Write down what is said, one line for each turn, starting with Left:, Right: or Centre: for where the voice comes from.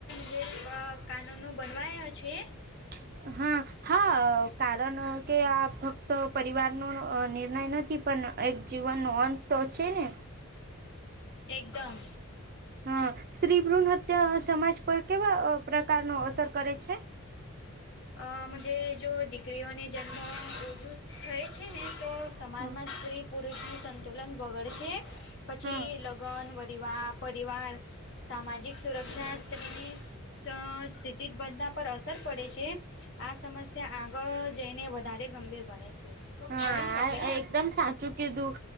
Left: જે કા કાનૂનો બનવાયો છે.
Right: <inaudible> હા હા કારણ કે આ ફક્ત પરિવારનો નિર્ણય નથી પણ એક જીવનનો અંત તો છે ને.
Left: એકદમ.
Right: હા સ્ત્રી ભ્રૂણ હત્યા સમાજ પર કેવા પ્રકાર ન અસર કરે છે.
Left: આમ જે જો દીકરીઓને જન્મ યુ યુદ્ધ થાયે છે ને તો સમાજમાં
Right: હા
Left: સ્ત્રી પુરુષ નું સંતો લન બગડશે પછી
Right: હા.
Left: લગ્ન વારિવાર પરિવાર સામાજિક સુરક્ષા સ્થિતિ સ્થિતિ સા બધા પર અસર પડે છે. આ સમસ્યા આગળ જઈને વધારે ગંભીર બને છે.
Right: હા
Left: બની શકે
Right: આ એકદમ સાચું ચુ કીધું